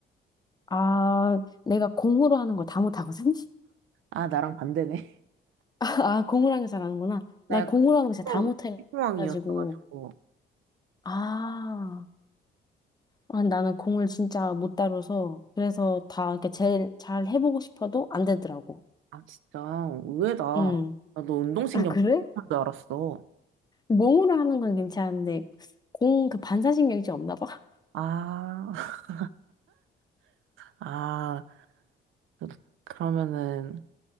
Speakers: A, on the left; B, on the right.
A: 아, 내가 공으로 하는 걸 다 못하거든?
B: 아, 나랑 반대네. <laughs>
A: <laughs> 아, 공으로 하는 거 잘하는구나.
B: 나
A: 나
B: 약간
A: 공으로 하는 거 진짜
B: 피부-
A: 다 못해가지고.
B: 피부왕이었어가지고.
A: 아, 아, 나는 공을 진짜 못 다뤄서. 그래서 다, 이렇게 제일 잘 해보고 싶어도 안 되더라고.
B: 아, 진짜, 의외다.
A: 응.
B: 나도 운동신경
A: 아, 그래?
B: 못할 줄 알았어.
A: 몸으로 하는 건 괜찮은데, 공 그 반사신경이 좀 없나 봐. <laughs>
B: 아, <laughs> 아, 그- 그러면은,